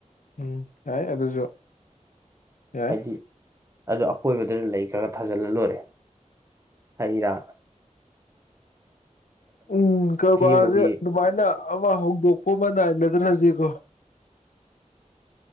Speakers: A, on the left (about 80°); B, on the right (about 20°).
A: ꯎꯝ ꯌꯥꯏ ꯑꯗꯨꯁꯨ ꯌꯥꯏ
B: ꯍꯥꯏꯗꯤ ꯑꯗꯨ ꯑꯀꯣꯏꯕꯗꯨꯗ ꯂꯩ ꯈꯔꯒ ꯊꯥꯖꯤꯜꯂ ꯂꯣꯏꯔꯦ ꯍꯩꯔꯥ
A: ꯎꯝ ꯀꯔꯕꯥꯁꯦ
B: ꯑꯃꯒꯤ
A: ꯑꯗꯨꯃꯥꯏꯅ ꯑꯃ ꯍꯧꯗꯣꯛꯄ ꯑꯃ ꯅꯥꯏꯅꯗꯅꯗꯤꯀꯣ